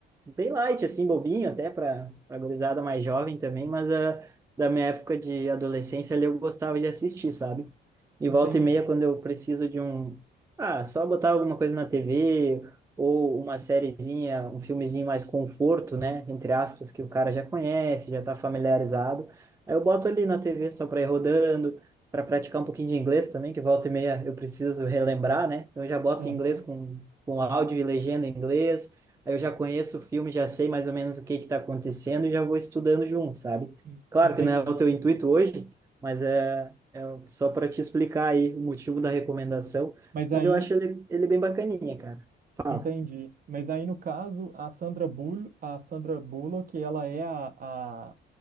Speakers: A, on the right (about 15°); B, on the right (about 45°).
A: Bem light, assim, bobinho até para a gurizada mais jovem também, mas ah, da minha época de adolescência ali eu gostava de assistir, sabe? E
B: Entendi.
A: volta e meia, quando eu preciso de um... Ah, só botar alguma coisa na TV ou uma sériezinha, um filmezinho mais conforto, né? Entre aspas, que o cara já conhece, já tá familiarizado. Aí eu boto ali na TV só para ir rodando, para praticar um pouquinho de inglês também, que volta e meia eu preciso relembrar, né? Então eu já boto
B: Aham,
A: em inglês com, com áudio e legenda em inglês, aí eu já conheço o filme, já sei mais ou menos o que que está acontecendo e já vou estudando junto, sabe?
B: en-
A: Claro
B: Entendi.
A: que não é o teu intuito hoje, mas é, é só para te explicar aí o motivo da recomendação,
B: Mas
A: mas
B: aí,
A: eu acho ele, ele bem bacaninha, cara. Fala.
B: entendi. Mas aí, no caso, a Sandra Bull, a Sandra Bullock, ela é a, a,